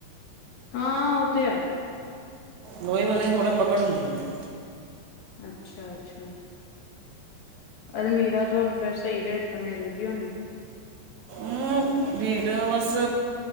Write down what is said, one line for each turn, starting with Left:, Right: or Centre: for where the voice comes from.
Left: ਹਾਂ, ਉਹ ਤੇ ਏ।
Right: ਲੋੋਹੇ ਵਾਲੇ ਦੀ ਥੋੜ੍ਹਾ ਪਕੜ ਹੁੰਦੀ ਆ।
Left: ਅੱਛਾ-ਅੱਛਾ। ਅਲਮੀਰਾ ਤੁਹਾਨੂੰ ਫਿਰ ਸਹੀ ਰੇਟ ਤੇ ਮਿਲ ਗਈ ਹੋਣੀ।
Right: ਹਾਂ ਰੇਟ ਤਾਂ ਬਸ‌